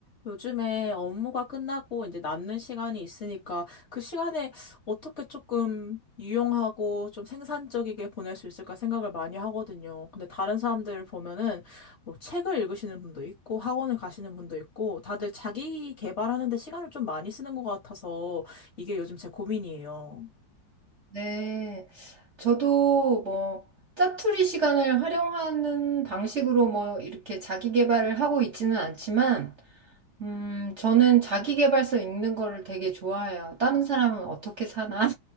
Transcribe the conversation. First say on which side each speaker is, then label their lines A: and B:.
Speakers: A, on the left; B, on the right.
A: 요즘에 업무가 끝나고 이제 남는 시간이 있으니까 그 시간에 어떻게 조금 유용하고 좀 생산적이게 보낼 수 있을까 생각을 많이 하거든요. 근데 다른 사람들 보면은 뭐 책을 읽으시는 분도 있고 학원을 가시는 분도 있고 다들 자기 개발하는 데 시간을 좀 많이 쓰는 것 같아서 이게 요즘 제 고민이에요.
B: 네. 저도 뭐 짜투리 시간을 활용하는 방식으로 뭐 이렇게 자기 개발을 하고 있지는 않지만, 음, 저는 자기 개발서 읽는 거를 되게 좋아해요. 다른 사람은 어떻게 사나?